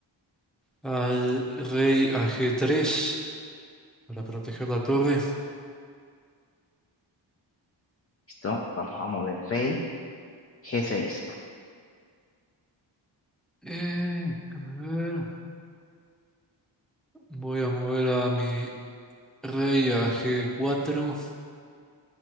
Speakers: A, in the centre; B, on the left (about 30°).
A: al rey a G3 para proteger la torre.
B: Listo. Vamos a mover rey g seis
A: Eh, déjame ver. Voy a mover a mi rey a G4.